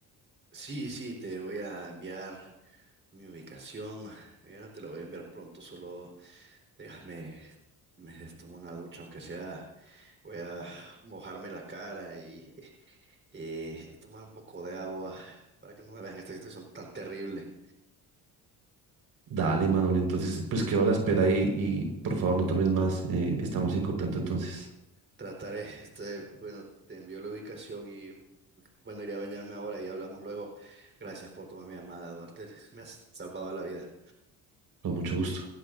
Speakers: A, on the right; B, on the right.
A: Sí, sí, te voy a enviar mi ubicación. Mira, te lo voy a enviar pronto, solo déjame, me tomo una ducha, aunque sea, voy a mojarme la cara y eh, tomar un poco de agua para que no me vean esta situación tan terrible.
B: Dale, Manuel, entonces pues quedo a la espera y, y por favor no tomes más. eh, estamos en contacto entonces,
A: Trataré, este, bueno, te envió la ubicación y bueno, iré a bañarme ahora y hablamos luego. Gracias por tomar mi llamada, Duarte. Me has salvado la vida.
B: con mucho gusto.